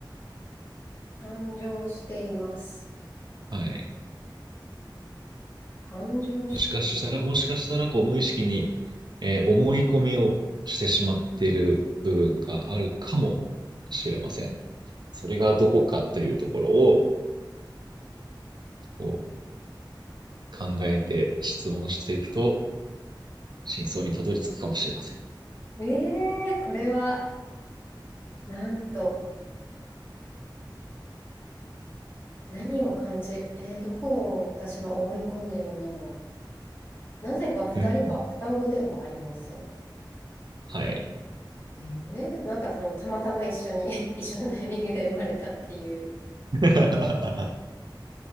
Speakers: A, on the left; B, on the right.
A: 誕生しています。
B: ーはい。
A: 誕生してい
B: もしかしたら、もしかしたら、こう、無意識に、えー思い込みをしてしまっている部分があるかもしれません。それがどこかというところを、
A: ます。
B: こう、考えて質問していくと、真相にたどり着くかもしれません。
A: えーこれは、なんと、何を感じ、えーどこを私は思い込んでるんだろなぜか二人は双子ではありません。
B: うん。はい。
A: えー、なんかそのたまたま一緒に <laughs> 一緒のタイミングで生まれたっていう
B: <laughs>